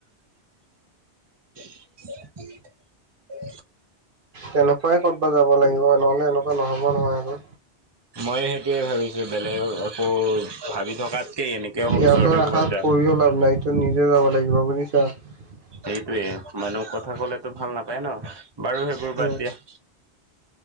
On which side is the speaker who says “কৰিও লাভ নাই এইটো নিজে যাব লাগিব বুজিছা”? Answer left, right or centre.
Right